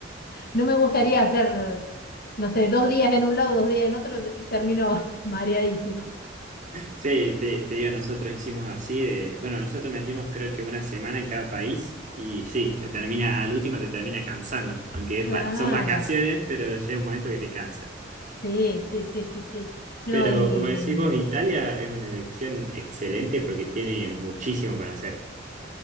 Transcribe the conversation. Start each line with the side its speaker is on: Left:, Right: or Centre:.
Left: no me gustaría hacer, no sé, dos días en un lado, dos días en otro, de- termino <laughs> mareadísima.
Right: Sí, te, te digo, nosotros hicimos así de, bueno, nosotros metimos creo que una semana en cada país y sí, te termina, al último te termina cansando, aunque es
Left: Claro.
Right: va- son vacaciones, pero llega un momento que te cansa.
Left: Sí, sí, sí, sí, sí. No,
Right: Pero
Left: y
Right: como decís
Left: mm,
Right: vos, Italia es una elección excelente porque tiene muchísimo para hacer.